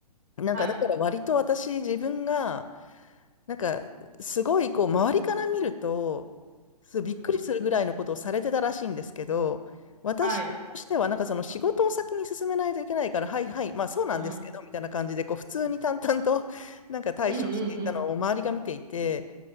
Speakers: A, on the left; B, on the right.
A: なんか、
B: はい。
A: だから割と私、自分が、なんか、すごい、こう、周りから見ると、そびっくりするぐらいのことをされてたらしいんですけど、
B: うん、うん。
A: 私としては、
B: はい。
A: なんかその仕事を先に進めないといけないから、はいはい、まあそうなんですけど、
B: うん。
A: みたいな感じで、こう、普通に淡々と、なんか対処していたのを周りが見ていて、
B: うん、うん、うん。